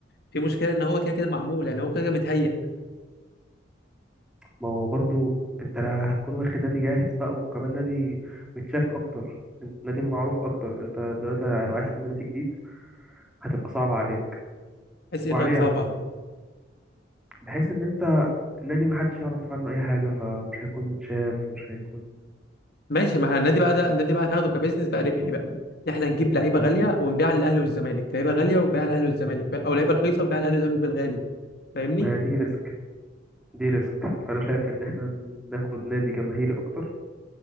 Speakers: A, on the left; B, in the centre.
A: في مشكله ان هو كده كده معمول يعني هو كده كده متهيأ
B: ما هو برضو انت لا هتكون واخد نادي جاهز بقى وكمان نادي متشاف اكتر انت نادي معروف اكتر انت دلوقتي لو عايز تبني نادي جديد هتبقى صعبه عليك
A: عايز ايه
B: وعليا
A: طيب صعبه
B: انا كمان بحيث ان انت النادي محدش يعرف عنه اي حاجه فمش هيكون متشاف مش هيكون
A: ماشي ما احنا النادي بقى ده النادي بقى هناخده كبزنس بقى
B: آه،
A: ربحي بقى احنا نجيب لعيبه
B: ما
A: غاليه ونبيعها للاهلي والزمالك لعيبه غاليه ونبيعها للاهلي والزمالك او لعيبه رخيصه ونبيعها للاهلي والزمالك بالغالي فاهمني
B: ما دي ريسك دي ريسك فانا شايف ان احنا ناخد نادي جماهيري اكتر